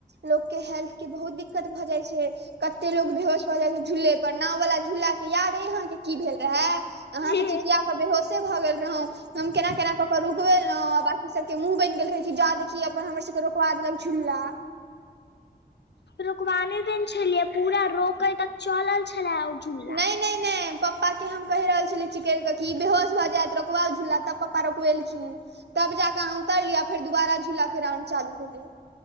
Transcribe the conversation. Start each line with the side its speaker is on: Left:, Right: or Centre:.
Right: लोक के हेल्थ के बहुत दिक्कत भऽ जाइ छै। कते लोक बेहोश भऽ जाइत छै झूले पर, नाव वला झूला के याद अइ अहाँ के की भेल रहे। अहाँ
Left: हे
Right: तऽ चिटिया पर बेहोशे भऽ गेल रहौं हम केना केना कऽ कऽ रुकवेलौं आ बाकी सबके मुंह बइन गेल रहै कि जा देखी अपन हमर सबके रोकवा देलक झूल्ला।
Left: रुकवाने देन छेलियै पूरा रोकै तक चलल छेलै ओ झूला
Right: नैय-नैय नहि पप्पा के हम कहि रहल छलियै चिकेर क कि बेहोश भऽ जायत रुकबौ झूला तब पप्पा रोकवेलखिन। तब जाके आहाँ उतर लिय फेर दुबारा झूला के राउंड चालू भेलै